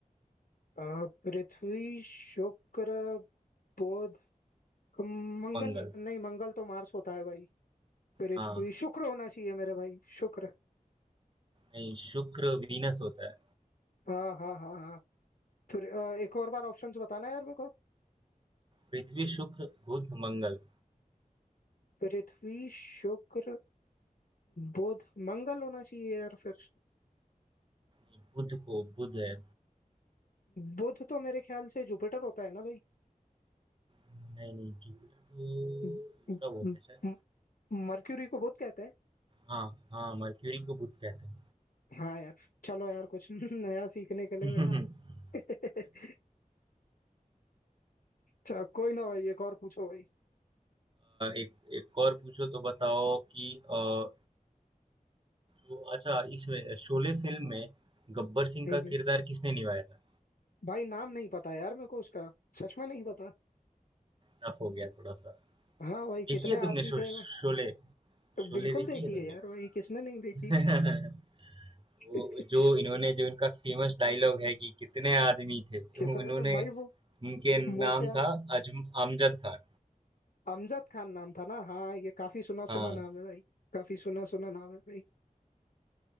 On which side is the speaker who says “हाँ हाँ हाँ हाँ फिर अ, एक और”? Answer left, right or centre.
Left